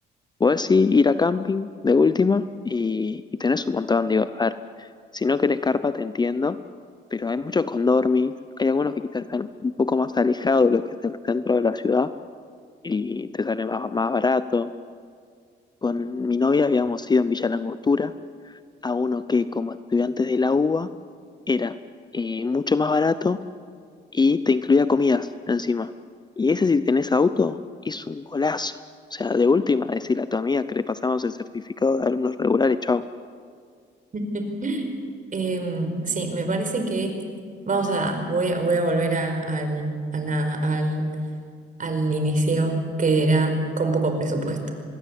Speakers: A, on the left (about 20°); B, on the right (about 40°).
A: podés sí ir a camping de última y, y tenés un montón. Digo, a ver, si no querés carpa te entiendo, pero hay muchos condormis, hay algunos que quizás están un poco más alejados de lo que es el centro de la ciudad y te sale más, más barato. Con mi novia habíamos ido en Villa Langostura a uno que como estudiantes de la UBA era eh, mucho más barato y te incluía comidas encima. Y ese si tenés auto es un golazo. O sea, de última, decirle a tu amiga que le pasamos el certificado de alumnos regulares, chau.
B: <laughs> Em, sí, me parece que vamos a, voy a, voy a volver a- al, a nada, al, al inicio, que era con poco presupuesto.